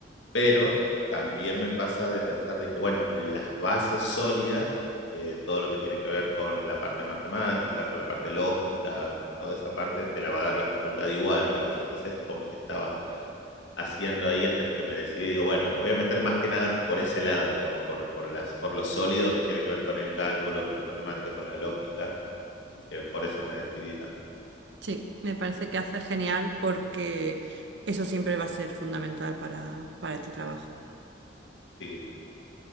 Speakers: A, on the left (about 80°); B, on the right (about 70°).
A: Pero también me pasa de pensar de que, bueno, las bases sólidas, eh, todo lo que tiene que ver con la parte matemática, con la parte lógica, con toda esa parte, te la va a dar la facultad igual, digamos. Entonces, como que estaba haciendo ahí hasta que me decidí, digo, bueno, me voy a meter más que nada por ese lado, digamos, por, por las, por lo sólido que tiene que ver con el cálculo, con la matemática, con la lógica. Así que por eso me decidí también.
B: Sí, me parece que hace genial porque eso siempre va a ser fundamental para, para este trabajo.
A: Sí, sí, sí.